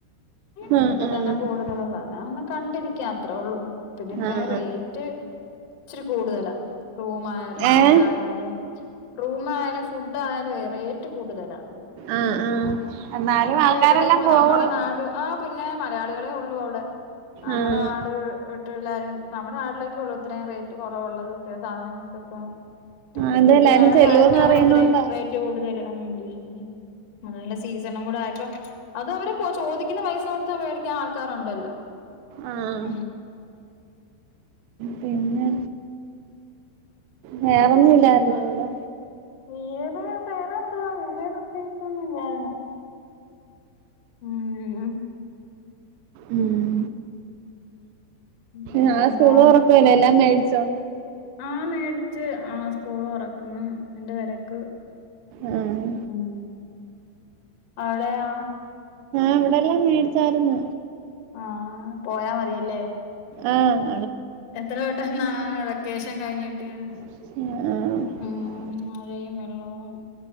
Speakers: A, on the left; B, on the right.
A: അതൊക്കെ,
B: ആഹ് ആഹ്
A: തന്നെ, കൂടുതലുള്ള, ഞ, ഒന്ന്, കണ്ടിരിക്ക, അത്രേ, ഉള്ളൂ പിന്നെ, ഇത്രയും,
B: ആഹ്
A: റേറ്റ് ഇച്ചരി, കൂടുതലാ, റൂ, ആയാലും,
B: ഏഹ്
A: ഫുഡ, ആയാലും, റൂം, ആയാലും, ഫുഡ്, ആയാലും റേറ്റ്, കൂടുതല,
B: ആഹ് ആഹ് എന്നാലും
A: അതിപ്പോ,
B: ആൾക്കാരെല്ലാം
A: എവിടെ,
B: പോവുവല്ലോ
A: നമ്മുടെ നാട് ആ പിന്നെ, മലയാളികളെ, ഒള്ളൂ, അവിടെ, നമ്മുടെ,
B: ആഹ്
A: നാട് മ, എല്ലാരും, നമ്മുടെ, നാട്ടിലൊക്കെ, ഉള്ളൂ, ഇത്രയും, റേറ്റ്, കുറവുള്ളതൊക്കെയ, സാധനങ്ങൾക്കൊക്കെ ടൂറിസ്റ്റ്,
B: അത്
A: ഏരിയ
B: എല്ലാരും
A: ആയണ്ട്,
B: ചെല്ലുവെന്ന്
A: ആരിക്കും, അവിടെ,
B: അറിയുന്നോണ്ടാ
A: ഇത്രയും, റേറ്റ്, കൂടുതൽ മ്മ്, അതല്ല, സീസണും, കൂടെ, ആയപ്പോ, അത്, അവരെ, ചോദിക്ക ക്ക്ണ, പൈസ, കൊടുത്ത്, മേടിക്കാൻ, ആൾക്കാരുണ്ടല്ലോ,
B: ആഹ്
A: ഉ
B: പിന്നെ വേറൊന്നും
A: പിന്നെ,
B: ഇല്ലായിരുന്നു
A: എന്തുവാ,
B: ഇവിടെ
A: വീർ അ, വേറെന്തുവാ, വേറെ, പ്രത്യേകിച്ചൊന്നും, ഇല്ലായിരുന്നു ഉം, മ്മ്
B: ഉം
A: വേറെന്തുവാ
B: നാെ, സ്കൂള്, ഒറക്കുവല്ലേ, എല്ലാം, മേടിച്ചോ
A: ആഹ്, മേടച്ച്, ആ സ്കൂൾ, തോറക്കുന്നു, നിന്റെ, തിരക്ക്
B: ആഹ്
A: ഉം, അവളയാ
B: അവിടെല്ലാം, മേടിച്ചായിരുന്നു,
A: ആ പോയാ മതിയല്ലേ
B: ആഹ
A: എത്ര, വെട്ടംന്നാ, വെക്കേഷൻ, കഴിഞ്, കിട്ടിയത്
B: ആ,
A: ഉം മഴയും വെള്ളവും